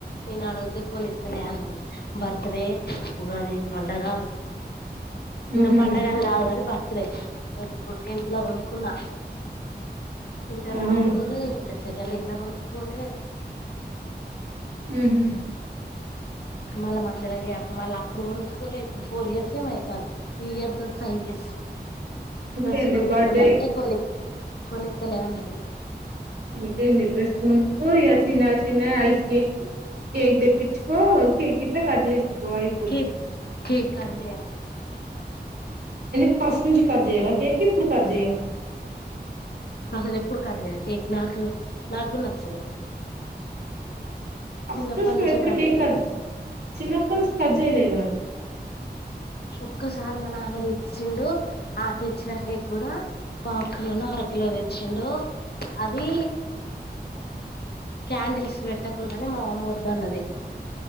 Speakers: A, on the left; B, on the right.
A: నేను అడుగుతే కోనిత్తానే అన్నది. బర్తడే, ఉగాది పండగ ఇంగ
B: ఉహు
A: పండగన్ కాదు కాని బ రె టెన్త్ లో కొనుకున్నా ఇంటర్
B: ఆహా
A: లొ కొనుక్కోలే ఇంటర్ సె డియర్ లో కొనుక్కోలే
B: ఉహు
A: మళ్ళా మధ్యలో గాప్ మళ్ళా అప్పుడు కొనుక్కోలే ఇప్పుడు ఫోర్ ఇయర్స్ మో అయితా, ఈ ఇయర్ తోటి ఫైవ్ ఇయర్స్
B: ఇంకేంది
A: డ్రెస్సు కొనుక్కోవాలంటే
B: బర్త్డే
A: కొని కొని ఇత్తలేనది
B: ఇంకే నిద్రస్ కొనుకో ఇక చిన్న చిన్న ఐసి వేసి కేక్ తెప్పించుకో కేక్ గిట్లా కట్ చేసుకో అయిపోతది
A: కేక్ కేక్ కట్ జేయని
B: ఎందుకు ఫస్ట్ నుంచి కట్ జేవా కేక్ ఇప్పుడు కట్ జేయవా
A: అసలు ఎప్పుడు కట్ చేయి కేక్ నాకు నాకు నచ్చదు
B: అదృష్టం
A: చిన్నప్పటి నుంచే
B: ఎప్పుడు
A: కట్
B: కేకదు
A: చేయ
B: చిన్నప్పస్స్ తేలేద
A: ఒక్కసారి మ నాన్న తెచ్చిండు ఆ తెచ్చినా కేక్ కూడా పావు కిలోను అరకిలో తెచ్చిండు అది క్యాండిల్స్ పెట్టకుండానే మా అమ్మ వద్దు అన్నది